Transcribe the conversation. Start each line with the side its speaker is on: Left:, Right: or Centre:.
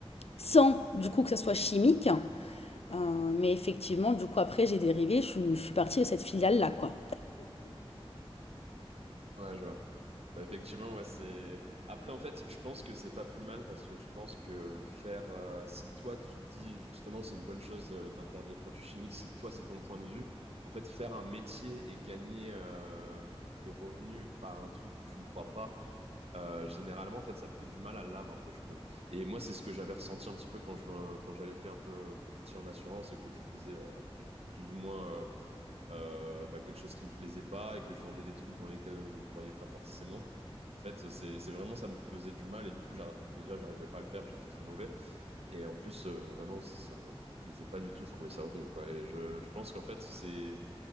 Left: sans du coup que ça soit chimique. Euh, mais effectivement, du coup, après, j'ai dérivé, je, suis- je suis partie de cette filiale-là, quoi.
Right: ouais, je vois. Bah, effectivement, ouais, c'est. Après, en fait, je pense que c'est pas plus mal parce que je pense que faire, euh, si toi tu te dis justement, c'est une bonne chose de- d'interdire les produits chimiques, si toi c'est ton point de vue, en fait, faire un métier et gagner euh, tes revenus par un truc où tu ne crois pas euh, généralement, en fait, ça te fait du mal à l'âme un peu, je trouve. Et moi, c'est ce que j'avais ressenti un petit peu quand je quand j'avais fait un peu euh, petit en assurance et que je faisais euh, plus, plus ou moins euh, euh, bah, quelque chose qui me plaisait pas et que je vendais des trucs dans lesquels je croyais pas forcément. En fait, c'est c'est vraiment ça me faisait du mal et du coup, j'ar- déjà, j'arrivais pas à le faire, j'étais très mauvais. Et en plus, euh, vraiment, ça me plaisait pas du tout, je trouvais ça horrible, quoi. Et je, je pense qu'en fait, c'est